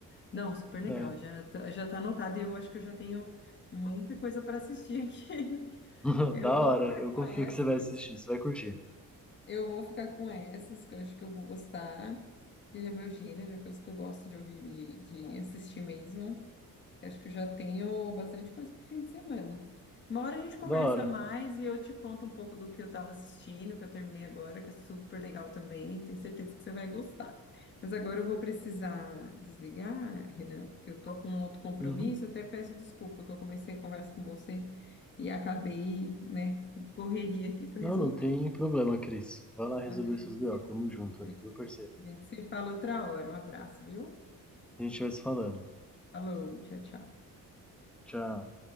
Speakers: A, on the left (about 35°); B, in the centre.
A: Não, super legal.
B: É.
A: Já, tá- já tá anotado e eu acho que eu já tenho muita coisa para assistir aqui. <laughs>
B: <laughs>
A: Eu
B: Da
A: vou
B: hora,
A: ficar
B: eu
A: com
B: confio
A: essas.
B: que você vai assistir, você vai curtir.
A: Eu vou ficar com essas, que eu acho que eu vou gostar. Ele é meu gênero, é coisa que eu gosto de ouvir, de, de assistir mesmo. Eu acho que eu já tenho bastante coisa para o fim de semana. Uma hora a gente conversa
B: Da hora.
A: mais e eu te conto um pouco do que eu estava assistindo, que eu terminei agora, que é super legal também. Tenho certeza que você vai gostar. Mas agora eu vou precisar desligar, Renan, porque eu tô com um outro compromisso.
B: Uhum.
A: Até peço desculpa que eu comecei a conversa com você e acabei, né, em correria aqui para
B: Não,
A: resolver.
B: não tem problema, Cris. Vai lá resolver
A: Mas a gente
B: seus BO,
A: se,
B: tamo junto
A: a
B: aí, viu, parceiro?
A: gente se fala outra hora. Um abraço, viu?
B: A gente vai se falando.
A: Falou, tchau, tchau.
B: Tchau.